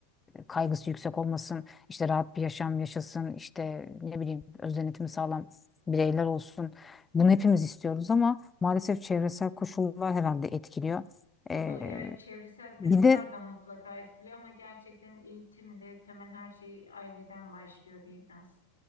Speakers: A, on the left (about 15°); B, on the left (about 80°).
A: e, kaygısı yüksek olmasın, işte rahat bir yaşam yaşasın, işte ne bileyim öz denetimi sağlam bireyler olsun. Bunu hepimiz istiyoruz ama maalesef çevresel koşullar herhalde etkiliyor.
B: O
A: E,
B: da evet çevresel koşullar
A: bir de
B: da mutlaka etkiliyor ama gerçekten eğitimde temel her şey aileden başlıyor biraz.